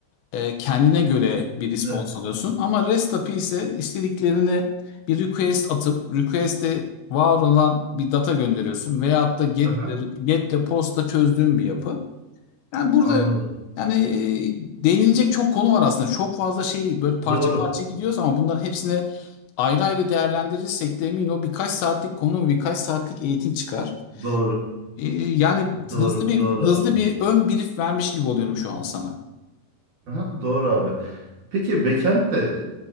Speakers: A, on the left; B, on the right.
A: e, kendine göre bir response
B: evet.
A: alıyorsun. Ama REST API ise istediklerini bir request atıp request'e var olan bir data gönderiyorsun veyahut da get
B: Aha,
A: get'le post'la çözdüğün bir yapı. Yani burada
B: anladım.
A: yani e, değinilecek çok konu var aslında. Çok fazla şey böyle parça
B: Doğru.
A: parça gidiyoruz ama bunların hepsini ayrı ayrı değerlendirirsek de emin ol birkaç saatlik konu, birkaç saatlik eğitim çıkar.
B: Doğru.
A: E, Yani
B: Doğru.
A: hızlı bir
B: Doğru
A: hızlı
B: abi.
A: bir ön brief vermiş gibi oluyorum şu an sana.
B: Aha, doğru abi. Peki backend de